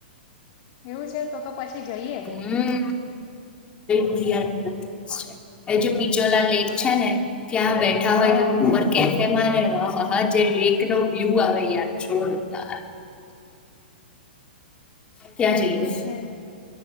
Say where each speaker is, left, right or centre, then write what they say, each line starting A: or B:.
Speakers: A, on the left; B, on the left.
A: એવું છે તો તો પછી જઈએ.
B: હમ ઉદયપુર <unintelligible> એ જે પીછોલા લેક
A: હા
B: છે ને ત્યાં બેઠા હોય
A: હા
B: તો ઉપર <unintelligible> એમાંને હા જે લેક નો વ્યુ આવે યાર જોરદાર.
A: હા
B: ક્યાં જઈસ.
A: એ તો છે